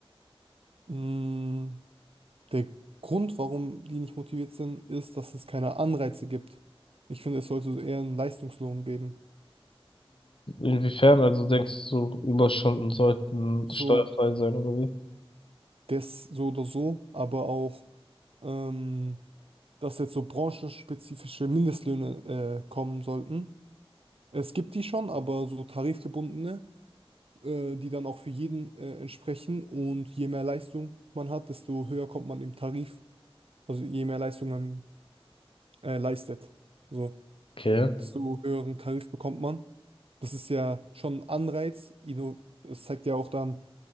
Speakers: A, on the right (about 65°); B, on the left (about 60°).
A: Mm, Der Grund, warum die nicht motiviert sind, ist, dass es keine Anreize gibt. Ich finde, es sollte eher einen Leistungslohn geben.
B: Inwiefern? Also denkst du, Überstunden sollten steuerfrei
A: So,
B: sein oder wie?
A: das, so oder so, aber auch, ähm, dass jetzt so branchenspezifische Mindestlöhne, äh, kommen sollten. Es gibt die schon, aber so tarifgebundene, äh, die dann auch für jeden, äh, entsprechen. Und je mehr Leistung man hat, desto höher kommt man im Tarif. Also je mehr Leistung man, äh, leistet. So.
B: Okay.
A: desto höheren Tarif bekommt man. Das ist ja schon ein Anreiz. Inno- Das zeigt ja auch dann